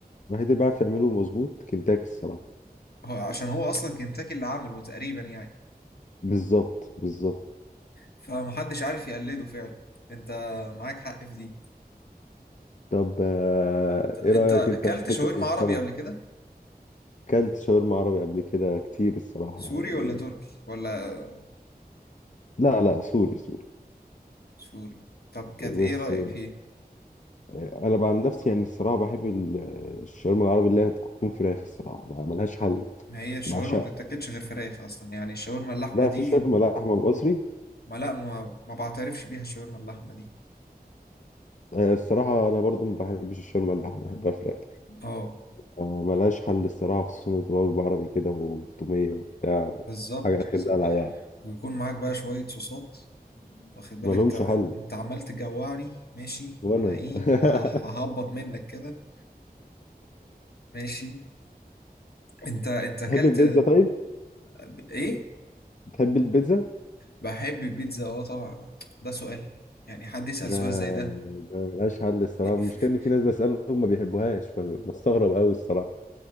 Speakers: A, on the left; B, on the left.
A: الوحيد اللي بيعرف يعمله مظبوط كنتاكي الصراحه
B: هو عشان هو اصلا كنتاكي اللي عمله تقريبا يعني
A: بالظبط بالظبط
B: فمحدش عارف يقلده فعلا انت معاك حق في دي
A: طب آه، ايه رايك
B: انت اكلت
A: انت في حته
B: شاورما
A: السمك
B: عربي قبل كده
A: كلت شاورما عربي قبل كده كتير الصراحه
B: سوري
A: يعني
B: ولا تركي ولا
A: لا لا سوري سوري
B: سوري طب كانت
A: بس
B: ايه رأيك
A: آه،
B: فيه
A: انا بقى عن نفسي يعني الصراحه بحب ال- الشاورما العربي اللي هي تكون فراخ الصراحه ما- ملهاش حل
B: ما هي الشاورما
A: بعشقها
B: ما بتتاكلش غير فراخ اصلا يعني الشاورما اللحمه
A: لا
B: دي
A: في شاورما
B: م-
A: لحمة مصري
B: ما لا ما, ما بعترفش بيها الشاورما اللحمه دي
A: آه، الصراحة أنا برضو ما بحبش الشاورما اللحمة بحبها فراخ
B: اه
A: آه، ملهاش حل الصراحة خصوصا إن بتبقى وجبة عربي كده وتومية وبتاع
B: بالظبط
A: حاجة آخر
B: بالظبط
A: دلع يعني
B: ويكون معاك بقى شويه صوصات واخد بالك
A: ملهمش
B: انت
A: حل
B: انت عمال تجوعني ماشي
A: وأنا
B: وانا ايه
A: <laughs>
B: ه- ه- ههبط منك كده ماشي انت انت اكلت
A: تحب البيتزا طيب؟
B: ب- ايه
A: تحب البيتزا؟
B: بحب البيتزا اه طبعا ده سؤال يعني حد يسأل
A: ده
B: سؤال زي ده
A: ده ملهاش حل الصراحة
B: في-
A: المشكلة
B: في-
A: إن في ناس بسألهم ما بيحبوهاش فبستغرب أوي الصراحة